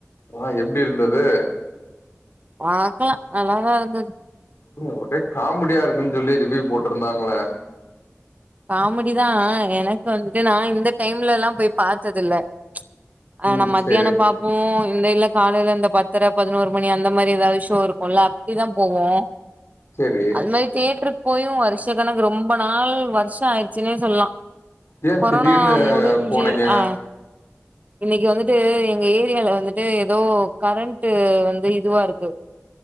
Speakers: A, on the left; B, on the right.
A: ஆ எப்டி இருந்தது
B: பாக்கலா நல்லாதா இருந்தது
A: வு ஒடேக் காமெடியா இருக்குன் சொல்லி ரிவியூ போட்ருந்தாங்களே
B: காமெடி தா எனக்கு வந்துட்டு நா இந்த டைம்ல எல்லா போய் பாத்ததுல ஆ
A: ம்
B: நா மத்தியானம்
A: சேரி
B: பாப்போ இந்த இல்ல காலையில இந்த பத்தரை பதினோரு மணி அந்த மாதிரி எதாவது ஷோ இருக்குல்ல அப்புடிதா போவோ
A: சேரி
B: அது மாரி தேட்டருக்கு போயும் வருஷ கணக்கு ரொம்ப நாள் வருஷோ ஆயிடுச்சுன்னே சொல்லலா
A: ஏ
B: கொரோனா
A: திடீர்னு
B: முடிஞ்சு
A: போனீங்க
B: ஆ இன்னைக்கு வந்துட்டு எங்க ஏரியால வந்துட்டு ஈதோ கரண்ட் வந்து இதுவா இருக்கு